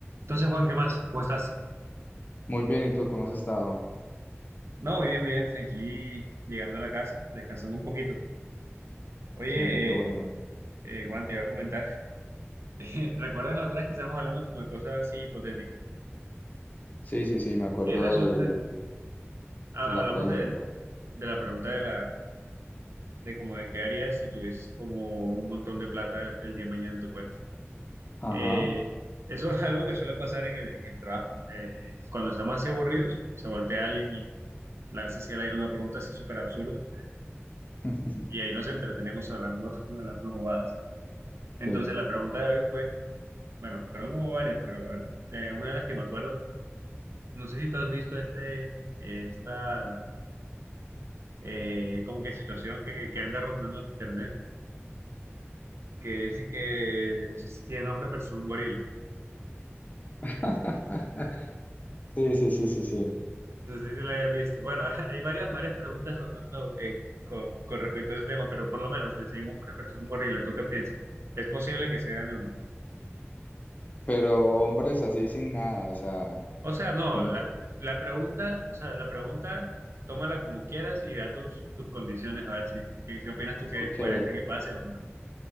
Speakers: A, on the right (about 65°); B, on the left (about 35°).
A: Entonces, Juan, ¿qué más? ¿Cómo estás?
B: Muy bien, ¿y tú cómo has estado?
A: No, bien, bien, aquí llegando a la casa, descansando un poquito. Oye,
B: Sí, qué bueno.
A: eh, eh, Juan, te iba a comentar, <laughs> eh, ¿recuerdas la otra vez que estábamos hablando como de cosas así hipotéticas?
B: Sí, sí, sí, me acuerdo
A: Y resulta,
B: de
A: ha-
B: la
A: hablamos
B: pregunta.
A: del- de la pregunta de la, de como de qué harías si tuvieses como un montón de plata el día de mañana en tu cuenta.
B: Ajá.
A: Eh, eso <laughs> es algo que suele pasar en el, en el trabajo. Eh, cuando estamos así aburridos, se voltea alguien y lanza hacia el aire una pregunta así súper absurda
B: <laughs>
A: y ahí nos entretenemos hablando, <laughs> hablando bobadas. Entonces
B: Sí.
A: la pregunta de hoy fue, bueno, creo que hubo varias, pero a ver, eh, una de las que me acuerdo, no sé si tú has visto este, esta, eh, como que situación que, que anda rondando en internet, que es que 100 hombres versus un gorila.
B: <laughs> Sí, sí, sí, sí, sí.
A: No sé si te la hayas visto. Bueno, <laughs> hay varias, varias preguntas rondando en- con, con respecto a ese tema, pero por lo menos de 100 hombres versus un gorila, ¿tú qué piensas? ¿Es posible que se gane o no?
B: Pero hombres así sin nada, o sea,
A: O sea, no,
B: con
A: la,
B: los...
A: la pregunta, o sea, la pregunta, tómala como quieras y da tus, tus condiciones, a ver si, qué, qué opinas tú que
B: Ok,
A: es coherente que pase o que no.